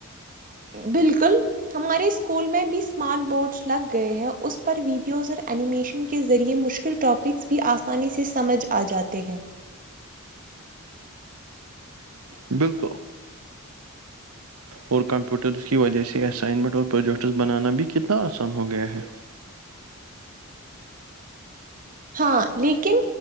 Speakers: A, on the right; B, on the right.
A: بالکل ہمارے اسکول میں بھی اسمارٹ بورڈس لگ گئے ہیں اس پر ویڈیوز اور اینیمیشن کے ذریعے مشکل ٹاپکس بھی آسانی سے سمجھ آ جاتے ہیں
B: بالکل اور کمپیوٹر کی وجہ سے اسائنمنٹ اور پروجیکٹس بنانا بھی کتنا آسان ہو گیا ہے
A: ہاں لیکن